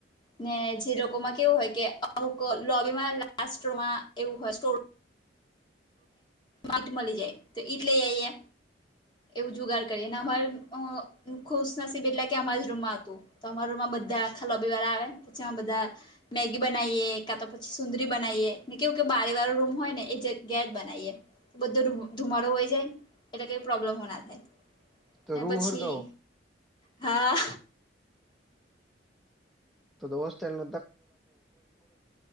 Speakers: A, on the left (about 25°); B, in the centre.
A: ને જે લોકોમાં કેવું હોય કે અમુક લોબીમાં લાસટમાં એવું હોય સટોરરૂમ ઈટ મળી જાય તો ઈટ લઈ આઈએ. એવું જુગાડ કરીએ અને અમારે અ ખુશનસીબ એટલે કે અમારા જ રૂમમાં હતું. તો અમાર રમમાં બધા આખા લોબિવાર આવે પછી અમે બધા મેગી બનાવીએ કા તો પછી સુંદરી બનાવીએને કેવું કે બારે વાળો રૂમ હોય ને એ જે જગ્યાએ બનાવીએ બધો ધુમાડો વહી જાય એટલે કઈ પ્રોબ્લેમો ના થાય.
B: તો
A: અને
B: રૂ
A: પછી
B: હરગાવો
A: હા
B: તો હોસ્ટેલ